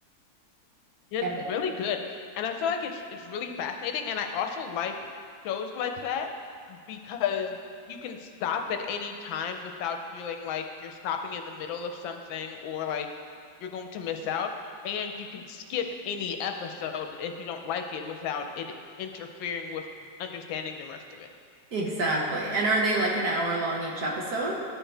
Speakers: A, on the left; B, on the right.
A: It's
B: And
A: really good. And I feel like it's it's really fascinating. And I also like shows like that because you can stop at any time without feeling like you're stopping in the middle of something or like you're going to miss out. And you can skip any episode if you don't like it without it interfering with understanding the rest of it.
B: exactly. And are they like an hour long each episode?